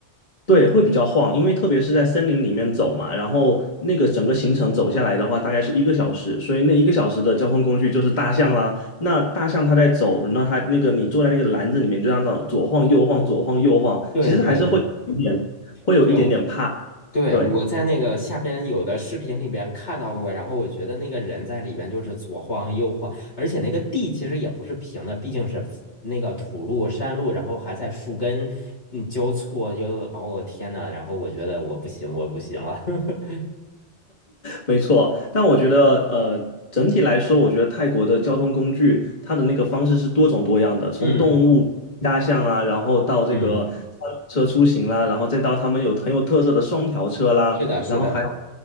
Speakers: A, on the left; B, on the left.
A: 对，会比较晃，因为特别是在森林里面走嘛，然后那个整个行程走下来的话，大概是一个小时，所以那一个小时的交通工具就是大象啦。那大象它在走，那它那个你坐在那个篮子里面，就这样子左晃右晃，左晃右晃，
B: 对对对
A: 其实还是会有一点，会有一点点怕。
B: 对，我对，
A: 对，
B: 我在那个下边有的视频里边看到过，然后我觉得那个人在里边就是左晃右晃，而且那个地其实也不是平的，毕竟是那个土路、山路，然后还在树根嗯交错，就哦我天呐，然后我觉得我不行，我不行了。<laughs>
A: 没错，但我觉得，呃，整体来说，我觉得泰国的交通工具，它的那个方式是多种多样的，从动物、
B: 嗯
A: 大象啊，然后到这个三轮车出行啦，
B: 嗯，
A: 然后再到他们有很有特色的双条车啦，
B: 是的，是的，
A: 然后还有